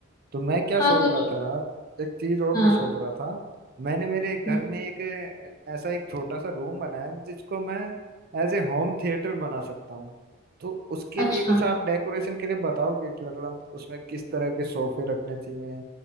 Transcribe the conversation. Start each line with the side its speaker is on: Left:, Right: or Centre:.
Right: तो मैं क्या
Left: हाँ
Right: सोच
Left: तो
Right: रहा था यार एक चीज और
Left: हाँ
Right: मैं सोच रहा था मैंने मेरे घर
Left: हम्म।
Right: में एक अ, ऐसा एक छोटा सा रूम बनाया है, जिसको मैं एज ए होम थिएटर बना सकता हूँ तो उसके
Left: अच्छा
Right: लिए कुछ आप डेकोरेशन के लिए बताओगे कि मतलब उसमें किस तरह के सोफे रखने चाहिए